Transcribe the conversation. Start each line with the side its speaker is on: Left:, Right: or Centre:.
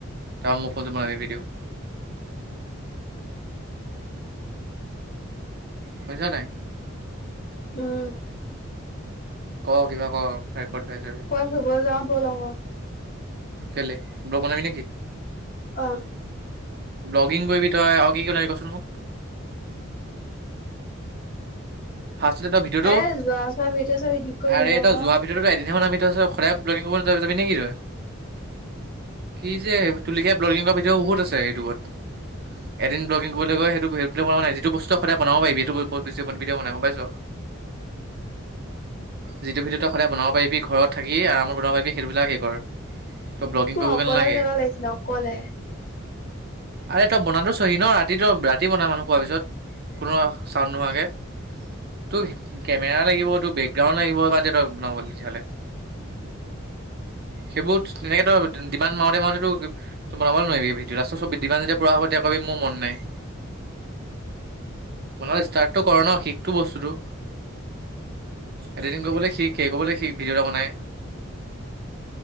Right: তাৰ মোৰ ফোনটো বনাইালে ভিডিঅ'। শুনিছ নাই।
Left: উম।
Right: ক কিবা ক। ৰেকৰ্ড হৈ আছে
Left: ক খবৰ যওঁ বল আকো।
Right: কেলে ব্ল বনাবি নেকি?
Left: অ'।
Right: ব্লগিং কৰিবি তই আৰু কি কি বনাবি কচোন মোক। ফাৰ্ষ্টতে তই ভিতিৰতটো
Left: আৰে যোৱা চোৱা ভিডিঅ' চিডিঅ এডিট কৰি
Right: আৰে
Left: দিম আকৌ
Right: তই যোৱা ভিতৰততো এদিন হে বনাবি। সদায় ব্লগিং কৰিব ন যাবি নেকি তই। কি যে তুলিকীয়া ব্লগিং কৰা ভিডিঅ' বহুত আছে ইউটিউবত। এদিন দুদিন কৰিবলৈ গৈ সেইটো সেইবিল বনোৱা নাই, যিটো বস্তু সদায় বনাব পাৰি সেইটো বেছ কিয় বনাই গম পাইছ? যিটো ভিতিৰতে সদায় বনাব পাৰিবি ঘৰত থাকি আৰামত বনাব পাৰিবি সেইটোবিলাক হেৰি কৰ। তই ব্লগিং
Left: মআই
Right: কৰিবগৈ
Left: অকলে
Right: নালাগে।
Left: জেগা লাগিছিলে অকলে।
Right: আৰে তই বনাতো চহি ন' ৰাতি তই ৰাতি বনা মানুহ শুৱাৰ পিছত। কোনো চাওন নোহোৱাকে। তোৰ কেমেৰা লাগিব তোৰ বেকগ্ৰাউণ্ড লাগিব, বাদ দে ন' তেতিয়াহ'লে। <inaudible> সেইবোৰ তেনেকে তই ডিমান মাওঁতে মাওঁতে তো তই বনাব নোৱাৰিবি, ৰাস্তা ডিমান যেতিয়া পোৱা হ'ব তেতিয়া কবি মোৰ মন নাই। বনোৱা ষ্টাৰ্টটো কৰ ন'। শিকটো বস্তুটো। এডিটিং কৰিবলৈ শিক, হেৰি কৰিবলৈ শিক ভিডিঅ' এটা বনাই।